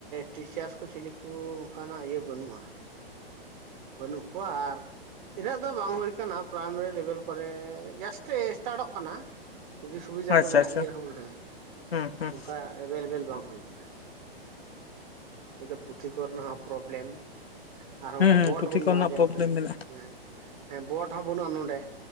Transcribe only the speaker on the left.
ᱟᱪᱪᱷᱟ
ᱟᱪᱪᱷᱟ
ᱦᱩᱸ ᱦᱩᱸ
ᱦᱩᱸ
ᱦᱩᱸ ᱯᱩᱛᱷᱤ
ᱠᱚᱨᱮᱱᱟᱜ
ᱯᱨᱚᱵᱞᱮᱢ ᱢᱮᱱᱟᱜᱼᱟ